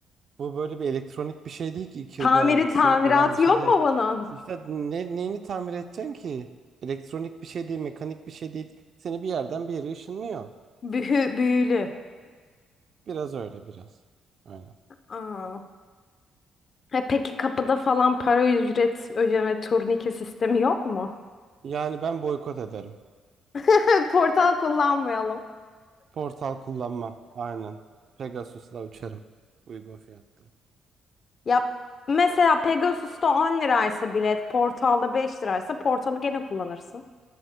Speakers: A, on the right; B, on the left.
A: bu böyle bir elektronik bir şey değil ki 2
B: Tamiri
A: yıl garantisi
B: tamiratı
A: olan bir şey
B: yok
A: değil.
B: mu bunun?
A: İşte ne, neyini tamir edeceksin ki? Elektronik bir şey değil, mekanik bir şey değil. Seni bir yerden bir yere ışınlıyor.
B: Bühü, büyülü.
A: Biraz öyle biraz. Aynen.
B: Aa. E peki kapıda falan para ücret ödeme turnike sistemi yok mu?
A: Yani ben boykot ederim.
B: <laughs> Portal kullanmayalım.
A: Portal kullanmam. Aynen. Pegasus'la uçarım. Uygun fiyatlı.
B: Ya mesela Pegasus'ta 10 liraysa bilet, Portal'da 5 liraysa Portal'ı gene kullanırsın.